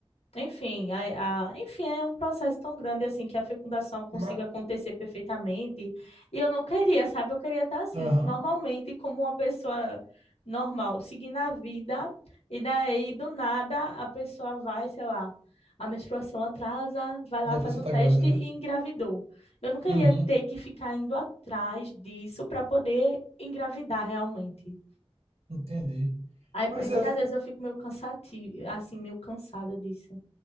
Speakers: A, on the left; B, on the right.
A: enfim, a, a- enfim, é um processo tão grande assim que a fecundação consiga
B: Mas,
A: acontecer perfeitamente. E eu não queria, sabe? Eu queria estar assim,
B: aham.
A: normalmente, como uma pessoa normal, seguindo a vida, e daí do nada a pessoa vai, sei lá, a menstruação atrasa, vai lá,
B: E a
A: faz
B: pessoa
A: um
B: tá
A: teste
B: grávida, né?
A: e engravidou. Eu não queria
B: Uhum.
A: ter que ficar indo atrás disso para poder engravidar realmente.
B: Entendi.
A: Aí
B: Mas
A: por isso
B: é,
A: que às vezes eu fico meio cansativo, assim, meio cansada disso.